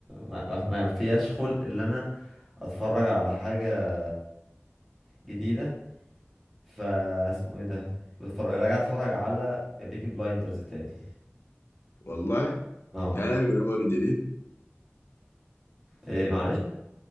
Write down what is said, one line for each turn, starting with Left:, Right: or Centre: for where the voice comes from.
Centre: ما ما- ما فيهاش خلق ان انا اتفرج على حاجه جديده فاسمه ايه ده بتفرج- راجع اتفرج على بيكي بلايندرز تاني
Left: والله
Centre: اه
Left: تاني من اول وجديد
Centre: إيه معلش